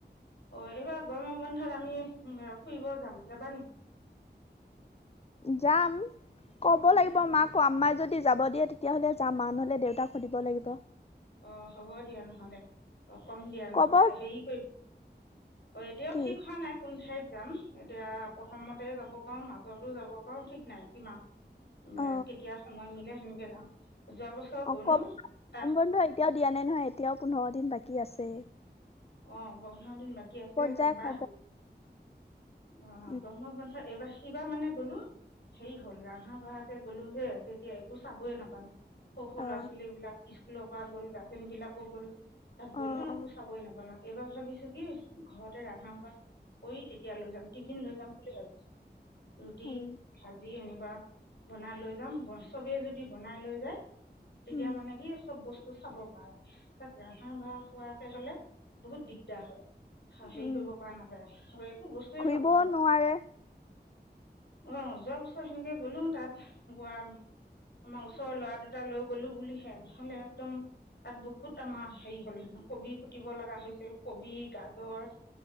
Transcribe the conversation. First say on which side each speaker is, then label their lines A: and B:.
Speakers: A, on the left (about 70°); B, on the left (about 35°).
A: অ এইবাৰ গৰম বন্ধত আমি ফুৰিব যাম যাবা নেকি
B: যাম ক'ব লাগিব মাকো আমামাই যদি যাব দিয়ে তেতিয়াহ'লে যাম মা নহ'লে দেউতাক সুধিব লাগিব
A: অ হ'ব দিয়া নহ'লে অ কম দিয়া নহ'লে
B: ক'ব
A: হেৰি কৰিম অ এতিয়াওঁ
B: কি
A: ঠিক হোৱা নাই কোন ঠাইত যাম এতিয়া প্ৰথমতে যাব পাৰোঁ মাজতো যাব পাৰো ঠিক নাই কিমাহ।
B: অ
A: কেতিয়া সময় মিলে সেনেকে যাম যোৱা বছৰ
B: অ
A: গ'লোঁ
B: কক গৰম
A: তাত
B: বন্ধ এতিয়াও দিয়া নাই নহয় এতিয়াও পোন্ধৰ দিন বাকী আছেয়ে
A: অ পোন্ধৰ দিন বাকী আছেই
B: ক'ত যায়
A: যেনিবা
B: কব
A: অ
B: উম
A: গৰমৰ বন্ধত এইবাৰ হে কিবা মানে গ'লো হেৰি হ'ল ৰন্ধা বঢ়াকে গ'লো যে তেতিয়া একো চাবয়ে নাপালোঁ সৰু সৰু
B: অ
A: ল'ৰা ছোৱালী বিলাক স্কুলৰ পৰা গ'ল গাৰ্জেন বিলাকো গ'ল তাত গ'লো
B: অ
A: একো
B: অ
A: চাবই নাপালোঁ এইবাৰ ভাবিছোঁ কি ঘৰতে ৰান্ধা বাঢ়া তেতিয়া লৈ যাম টিফিন লৈ যাম বুলি ভাবিছোঁ ৰুটি
B: উম
A: ভাজি এনেকুৱা বনাই লৈ যাম চবেই যদি বনাই লৈ যায় তেতিয়া
B: উম
A: মানে কি চব বস্তু চাব পাৰা যায় তাত ৰান্ধা বাঢ়া খোৱাকে হ'লে বহুত দিগদাৰ হয় আৰু হেৰী
B: উম
A: কৰিব পৰা নাযায় একো বস্তুৱে
B: ঘুৰিবও
A: চাব
B: নোৱাৰে
A: অ যোৱা বছৰ সেনেকে গ'লো তাত গোৱাম আমাৰ ওচৰৰ ল'ৰা দুটা লৈ গ'লো বুলিহে নহ'লে একদম। তাত বহুত আমাৰ হেৰি হ'লে কবি কুতিব লগা হৈছে। কবি গাজৰ